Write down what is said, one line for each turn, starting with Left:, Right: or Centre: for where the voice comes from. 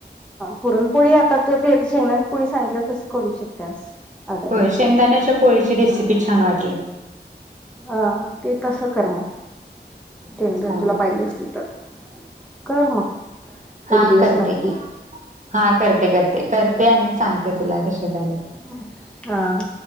Centre: अन् पुरणपोळी आता तू दे शेंगदाण्या् पुढे सांगितलीया तसं करू शकतीयास अर्धा
Right: होय
Centre: किलोच्
Right: शेंगदाण्याच्या पोळीची रेसिपी छान वाटली.
Centre: अं ते तसं कर मं डेंडर
Right: चालतंय.
Centre: तुला पायजे असली तर. कर मग
Right: हा
Centre: एक दिवस
Right: करते
Centre: नक्की.
Right: की हा करते करते, करते आणि सांगते तुला कसे झाले त.
Centre: हम. हां.